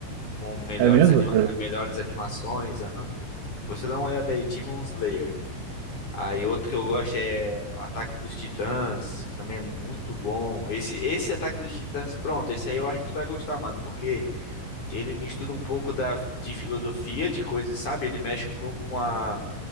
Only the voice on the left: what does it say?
Com melhores
anima,
melhores animações, aham. Depois você dá uma olhada aí, Demon Slayer. Aí outro que eu gosto é o Ataque dos Titãs, que também é muito bom. Esse, esse Ataque dos Titãs, pronto, esse aí eu acho que tu vai gostar, mano, porque ele mistura um pouco da, de filosofia, de coisas, sabe? Ele mexe um pouco com a